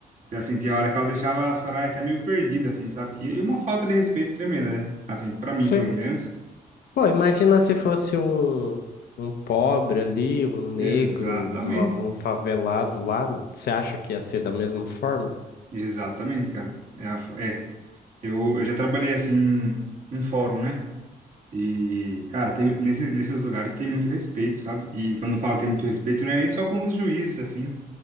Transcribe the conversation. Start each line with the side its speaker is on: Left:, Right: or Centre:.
Right: Eu senti a hora que ela deixava a Soraya até meio perdida, assim, sabe? E e uma falta de respeito tremenda, né? Assim, pra mim,
Left: Sim.
Right: pelo menos.
Left: Pô, imagina se fosse um, um pobre ali, um negro,
Right: Exatamente.
Left: uma- um favelado lá. Você acha que ia ser da mesma forma?
Right: Exatamente, cara. É, a fo- é. Eu, eu já trabalhei, assim, em fórum, né? E, cara, tem, nesse, nesses lugares tem muito respeito, sabe? E quando eu falo tem muito respeito, não é nem só com os juízes, assim.